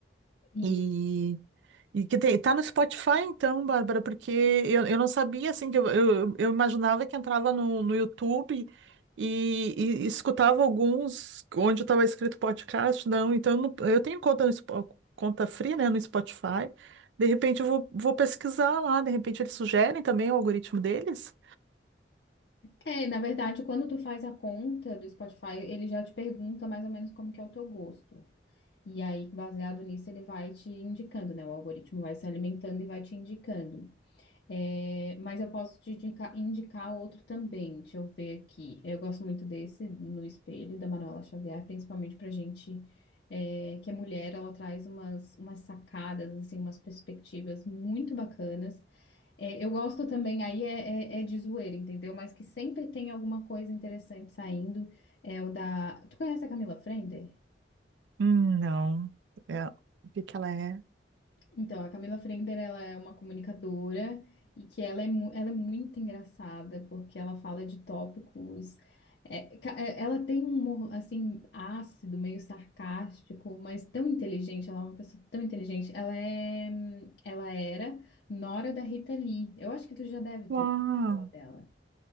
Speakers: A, on the left; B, on the right.
A: E
B: E, e que tem, tá no Spotify então, Bárbara, porque eu, eu não sabia, assim, que eu, eu, eu imaginava que entrava no, no YouTube e, e escutava alguns onde estava escrito podcast, não, então não- eu tenho conta, no Spo- conta free, né, no Spotify, de repente eu vou, vou pesquisar lá, de repente eles sugerem também o algoritmo deles?
A: é, na verdade, quando tu faz a conta do Spotify, ele já te pergunta mais ou menos como que é o teu gosto. E aí, baseado nisso, ele vai te indicando, né? O algoritmo vai se alimentando e vai te indicando. É, mas eu posso te indica- indicar, outro também. Deixa eu ver aqui. Eu gosto muito desse no espelho da Manuela Xavier, principalmente pra gente é, que é mulher, ela traz umas, umas sacadas, assim, umas perspectivas muito bacanas. É, eu gosto também, aí é, é- é de zoeira, entendeu? Mas que sempre tem alguma coisa interessante saindo. É o da. Tu conhece a Camila Frender?
B: Hum, não, é, o que que ela é?
A: Então, a Camila Frender, ela é uma comunicadora e que ela é, mu- ela é muito engraçada porque ela fala de tópicos. é, ca- é, ela tem um humor, assim, ácido, meio sarcástico, mas tão inteligente. Ela é uma pessoa tão inteligente. Ela é, hum, ela era nora da Rita Lee. Eu acho que tu já deve ter
B: Uau,
A: ouvido falar dela.